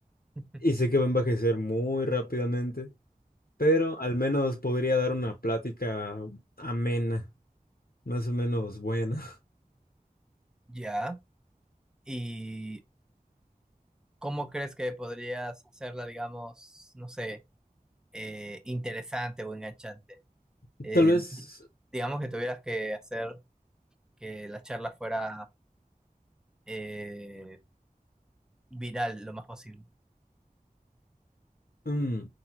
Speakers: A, in the centre; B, on the left (about 75°).
A: <laughs>
B: y sé que va a envejecer muy rápidamente, pero al menos podría dar una plática amena, más o menos buena.
A: Ya. ¿Y cómo crees que podrías hacerla, digamos, no sé, eh, interesante o enganchante?
B: <laughs>
A: Eh,
B: Tal vez
A: di- digamos que tuvieras que hacer que la charla fuera eh, viral lo más posible.
B: mm,